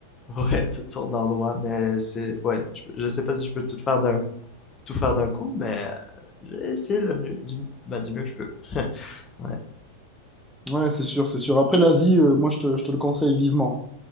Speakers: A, on the left (about 25°); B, in the centre.
A: ouais, toutes sortes d'endroits, mais c'est, ouais, je, peux- je sais pas si je peux tout faire d'un, tout faire d'un coup, mais euh, j'ai le mieux, du, bah, du mieux que je peux. <laughs> Ouais.
B: Ouais, c'est sûr, c'est sûr. Après, l'Asie, euh, moi, je te, je te le conseille vivement.